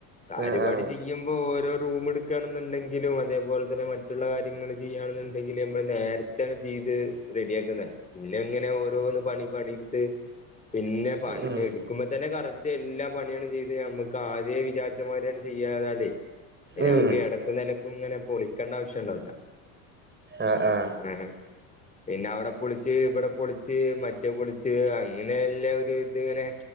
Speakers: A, on the left; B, on the right.
A: കാര്യാവാട്ട്
B: ആ ആ
A: ചെയ്യുമ്പോ ഓരോ റൂം എടു ക്കെണന്നുണ്ടെങ്കിലും അതേപോലെ തന്നെ മറ്റുള്ള കാര്യങ്ങൾ ചെയ്യുകയാണെന്നുണ്ടെങ്കിൽ ല്ലേമ്മള് നേരത്തെ ചെയ്ത് റെഡി ആക്ക നല്ലെ- പിന്നെ ഇങ്ങനെ ഓരോന്ന് പണി പണിടുത്ത് പിന്നെ പണി
B: ഉം
A: എടു ഇക്കുമ്പ തന്നെ കറക്റ്റ് എല്ലാ പണിയാണ് ചെയ്ത് നമക്ക് ആദ്യ വിചാരിച്ചമാര്യാണ് ചെയ്യാതല്ലേ പിന്നെമ്മക്ക്
B: ഉം
A: ഇടക്കും നിലക്കും ഇങ്ങനെ പൊളിക്കെണ്ട ആവശ്യണ്ടാവൂല.
B: ആഹ് ആഹ്.
A: ആഹാ- പിന്നെ അവിടെ പൊളിച്ച് ഇവിടെ പൊളിച്ച് മറ്റേ പൊളിച്ച് അങ്ങനെ എല്ലം ഒരിതിങ്ങനെ